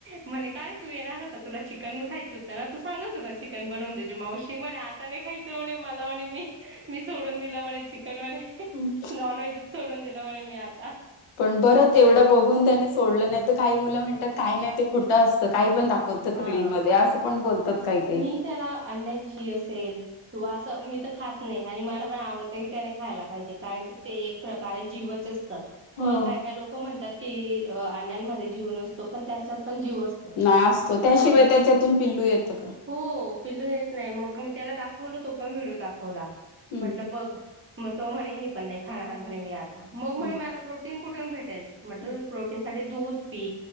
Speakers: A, on the right; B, on the left.
A: म्हणे काय? तू येणार होता तुला चिकन भी, खायचं होतं तू सांगत होता चिकन बनवून द्यायची मावशी म्हणे आता आताने खायच म्हणे मला म्हणे मी मी सोडून दिलं म्हणे चिकन म्हणे. नॉन
B: हम्म.
A: व्हेजच सोडून दिलं म्हणे मी आता
B: पण बरं तेवढं बघून त्याने सोडलं नाही तर काही मुलं म्हणतात काय नाही ते खोटं असतं काही पण दाखता. प्रत्येक
A: हा
B: रील मध्ये असे पण बोलतात काय काय?
A: मी त्याला अंड्यांची असेल. तू असं, मी तर खात नाही आणि मला पण आवडत नाही की त्याने खायला पाहिजे कारण की ते एक प्रकारे जीवच असतं.
B: हो.
A: होय काय काय लोक म्हणतात की अंड्यांमध्ये जीव नसतो पण त्याच्यात पण जीव असतो.
B: नाही असतो त्याशिवाय
A: आणि
B: त्याच्यातून पिल्लू येतं का?
A: हो पिल्लू येत नाही मग मी त्याला दाखवल तो पण व्हिडिओ दाखवला
B: हम्म
A: म्हटलं बघ. मग तो म्हणे हे पण नाही खाणार म्हणे मी आता मग म्हणे
B: हम्म
A: मला प्रोटीन कुठून भेटेल. म्हटलं
B: हम्म
A: प्रोटीन साठी दूध पी